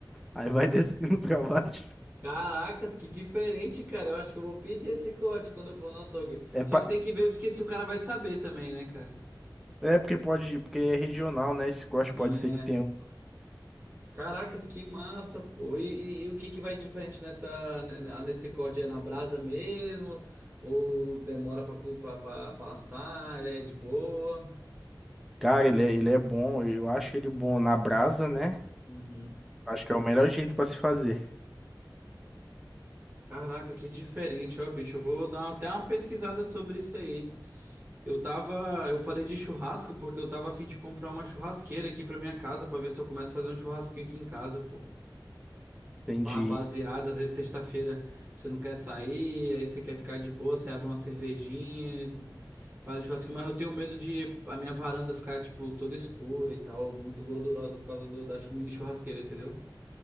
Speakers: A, in the centre; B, on the right.
A: aí vai <laughs> descendo pra baixo.
B: Caracas, que diferente, cara. Eu acho que eu vou pedir esse corte quando eu for no açougue.
A: É,
B: Só
A: pa-
B: que tem que ver porque se o cara vai saber também, né, cara?
A: é porque pode, porque é regional, né? Esse corte
B: É.
A: pode ser que tenha.
B: Caracas, que massa, pô. E, e- e o que que vai diferente nessa, ne- ne- nesse corte? É na brasa mesmo? Ou demora pra, cu- pra, pra passar? É é de boa?
A: Cara, ele é, ele é bom, eu acho ele bom na brasa, né?
B: Uhum.
A: Acho que é o melhor jeito pra se fazer.
B: Caraca, que diferente, ó, bicho. Eu vou dar até uma pesquisada sobre isso aí. Eu tava, eu falei de churrasco porque eu tava a fim de comprar uma churrasqueira aqui pra minha casa pra ver se eu começo a fazer um churrasquinho aqui em casa, pô.
A: Entendi,
B: Com a rapaziada, às vezes sexta-feira você não quer sair, aí você quer ficar de boa, você abre uma cervejinha, faz um churrasquinho, mas eu tenho medo de a minha varanda ficar, tipo, toda escura e tal, muito gordurosa por causa do- da mini churrasqueira, entendeu?